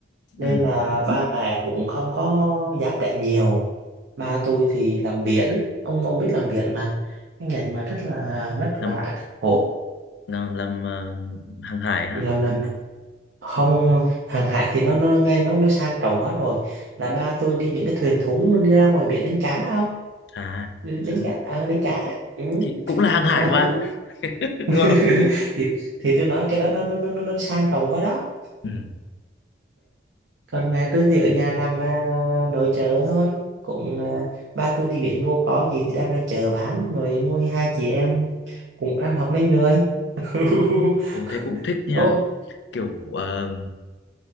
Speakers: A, on the right; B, on the left.
A: nên
B: ừ.
A: là ba mẹ cũng không có dám đẻ nhiều ba tôi thì làm biển ông ông biết làm biển mà cái ngành mà rất là vất
B: Làm
A: vả khổ
B: làm, làm ờ, hàng hải hả?
A: làm làm không hàng hải thì nó nó nghe nó nó sang trọng quá rồi là ba tôi đi những cái thuyền thúng mình đi ra ngoài biển đánh cá không
B: À.
A: Đi- đánh
B: Ừ.
A: cá ờ, đánh cá ừ.
B: thì cũng là hàng hải
A: ba
B: mà
A: tôi
B: <laughs>
A: <laughs>
B: đúng không
A: thì thì tôi nói cái đó nó nó nó nó nó sang trọng quá đó
B: ừ.
A: còn mẹ tôi thì ở nhà làm à, nội trợ thôi cũng à, ba tôi đi biển vô có gì thì đem ra chợ bán rồi nuôi hai chị em cũng ăn học nên người <laughs>
B: ồ thế cũng thích nha
A: ô
B: kiểu ờ,